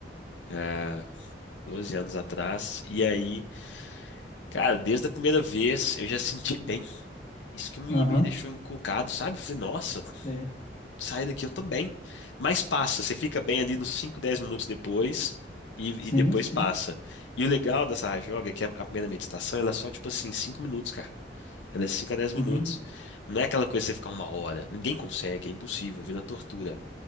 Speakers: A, on the left; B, on the left.
A: É, 12 anos atrás, e aí, cara, desde a primeira vez eu já senti bem. Isso que me,
B: Aham,
A: me deixou encucado, sabe? Falei, nossa,
B: sei.
A: sai daqui, eu tô bem. Mas passa, você fica bem ali nos 5, 10 minutos depois e,
B: Sim,
A: e depois
B: sim.
A: passa. E o legal dessa rajoga é que a, a primeira meditação, ela é só tipo assim, 5 minutos, cara. Ela é 5 a 10 minutos.
B: Uhum.
A: Não é aquela coisa que você ficar uma hora. Ninguém consegue, é impossível, vira tortura.